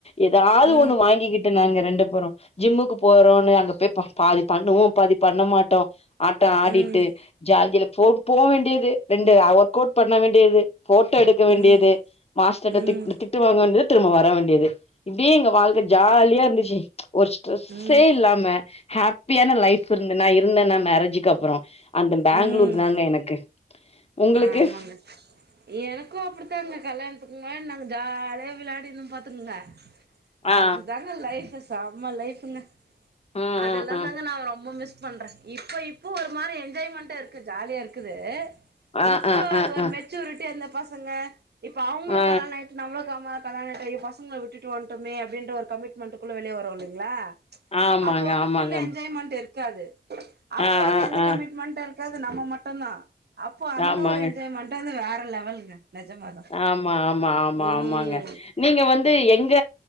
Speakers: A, on the left; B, on the right.
A: ஏதாவது
B: ம் ம்
A: ஒண்ணு வாங்கிக்கிட்டு நாங்க ரெண்டு பேரு ஜிம்முக்கு போறோனு அங்க போய் பா பாதி பண்ணுவோ பாதி பண்ண மாட்டோ ஆட்ட ஆடிட்டு
B: ம்
A: ஜார்ஜையில போட் போக வேண்டியது ரெண்டு ஒர்க் அவுட் பண்ண வேண்டியது போட்டோ எடுக்க வேண்டியது
B: ம்
A: மாஸ்டர்ட
B: ம்
A: திட்
B: ம்
A: திட்டு வாங்க வேண்டியது திரும்ப வர வேண்டியது இப்படியே எங்க வாழ்க ஜாலியா இருந்துச்சு ம்ச் ஒரு ஸ்ட்ரெஸ்ஸே
B: ம்
A: இல்லாம ஹாப்பியான லைஃப் இருந்தே நா இருந்தேன்னா மேரேஜுக்கு அப்புறோ அந்த பெங்களூர்
B: ம்
A: தாங்க எனக்கு உங்களுக்கு
B: ஆமாங்க எனக்கு அப்படித்தாங்க கல்யாணத்துக்கு முன்னாடி நாங்க ஜாலியா விளாடி இருந்த பாத்துக்கோங்க
A: ஆ
B: அதுதாங்க லைஃப்பு செம்ம லைஃபுங்க
A: ம்
B: அதெல்லா
A: ம் ம்
B: தாங்க நா ரொம்ப மிஸ் பண்றே இப்ப இப்போ ஒரு மாறி என்ஜாய்மெண்ட இருக்கு ஜாலியா இருக்குது
A: ஆ
B: இப்போ
A: ஆ
B: அது
A: ஆ
B: ஒரு
A: ஆ
B: மெச்சூரிட்டி அந்த பசங்க இப்ப அவங்களுக்கு
A: ஆ
B: கல்யாண ஆயிரு நம்மளக்காம கல்யாண ஆயிட்டு பசங்கள விட்டுட்டு வண்டோமே அப்படின்ற ஒரு கமிட்மெண்ட்டுகுள்ள வெளியே வரோ இல்லைங்களா
A: ஆமாங்க,
B: அப்போ வந்து
A: ஆமாங்க.
B: புல் என்ஜாய்மெண்ட் இருக்கு இருக்காது அப்போ
A: ஆ,
B: வந்து
A: ஆ,
B: எந்த
A: ஆ.
B: கமிட்மெண்டு இருக்காது நம்ம மட்டும்தா அப்போ அந்த
A: ஆமாங்க.
B: ஒரு என்ஜாய்மெண்டு வந்து வேற லெவலுங்க நெஜமாதா
A: ஆமா ஆமா ஆமா
B: ம்
A: ஆமாங்க நீங்க வந்து எங்க